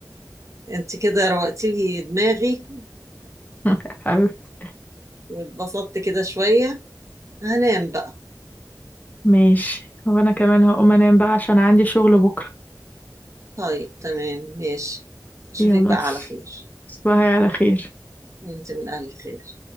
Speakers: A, on the right (about 45°); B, on the left (about 25°).
A: أنت كده روقتي لي دماغي
B: <laughs> حبيبتي
A: واتبسطت كده شوية هنام بقى
B: ماشي وأنا كمان هقوم أنام بقى عشان عندي شغل بكرة
A: طيب تمام ماشي أشوفك
B: يلا
A: بقى على خير
B: تصبحي على خير
A: أنت من أهل الخير